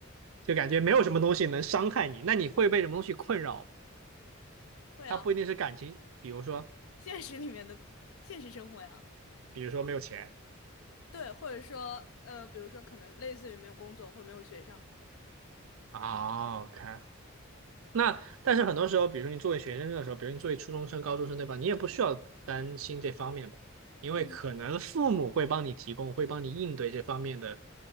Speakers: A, on the right; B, on the left.
A: 就感觉没有什么东西能伤害你。那你会被什么东西困扰？
B: 会啊，
A: 它不一定是感情，比如说，
B: 现实里面的现实生活呀。
A: 比如说没有钱
B: 对，或者说，呃，比如说，可能类似于没有工作或者没有学上，
A: 啊。OK，那但是很多时候，比如说你作为学生的时候，比如你作为初中生、高中生，对吧？你也不需要担心这方面吧，因为可能父母会帮你提供，
B: 嗯，
A: 会帮你应对这方面的